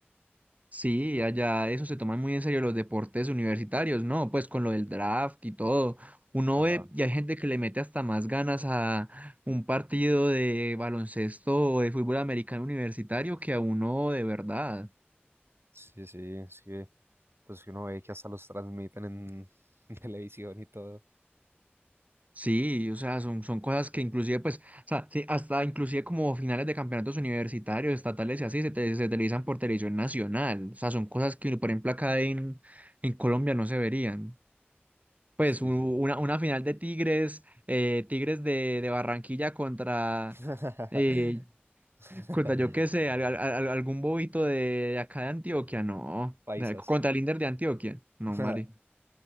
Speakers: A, on the right; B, on the right.
A: Sí, allá eso se toman muy en serio los deportes universitarios, ¿no? Pues con lo del draft y todo. Uno
B: Ajá.
A: ve y hay gente que le mete hasta más ganas a un partido de baloncesto o de fútbol americano universitario que a uno de verdad.
B: Sí, sí, es que pues uno ve que hasta los transmiten en <laughs> televisión y todo.
A: Sí, o sea, son, son cosas que inclusive, pues, o sea, sí, hasta inclusive como finales de campeonatos universitarios, estatales y así, se, te- se televisan por televisión nacional. O sea, son cosas que, por ejemplo, acá en, en Colombia no se verían. Pues
B: Sí,
A: u- una,
B: sí.
A: una final de Tigres, eh, Tigres de, de Barranquilla contra,
B: <laughs>
A: eh, contra yo qué sé, al- al- al- algún bobito de acá de Antioquia, no.
B: Paisas.
A: De- contra el Inder de Antioquia, no,
B: <laughs>
A: Mari.